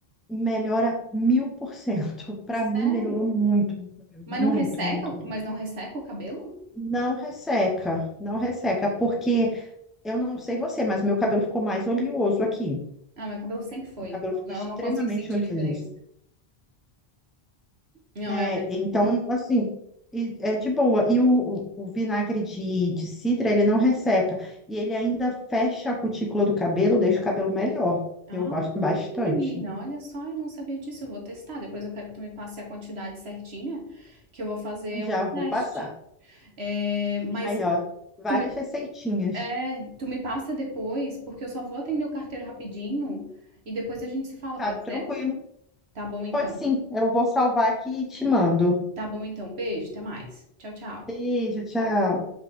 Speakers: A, in the centre; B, on the right.
A: melhora mil por cento. <laughs> Pra
B: sério?
A: mim, melhorou muito, meu cabelo,
B: Mas
A: muito,
B: não resseca,
A: muito, muito.
B: mas não resseca o cabelo?
A: Não resseca, não resseca, porque eu não sei você, mas meu cabelo ficou mais oleoso aqui.
B: Ah, meu cabelo sempre foi,
A: Meu cabelo
B: então
A: ficou
B: eu
A: extremamente
B: não consigo sentir
A: oleoso.
B: diferença. Não
A: É,
B: é o mesmo.
A: então, assim, e- é de boa. E o, o- o vinagre de, de cidra, ele não resseca. E ele ainda fecha a cutícula do cabelo, deixa o cabelo melhor.
B: Ah,
A: Eu gosto bastante.
B: menina, olha só, eu não sabia disso. Eu vou testar. Depois eu quero que tu me passe a quantidade certinha, que eu vou fazer
A: Já
B: um teste.
A: vou passar.
B: É, mas
A: Aí, ó, várias
B: tu me,
A: receitinhas.
B: é, tu me passa depois, porque eu só vou atender o carteiro rapidinho e depois a gente se fala,
A: Tá
B: pode
A: tranquilo.
B: ser? Tá bom então.
A: Pode sim, eu vou salvar aqui e te mando.
B: Tá bom então. Beijo, até mais. Tchau, tchau.
A: Beijo, tchau.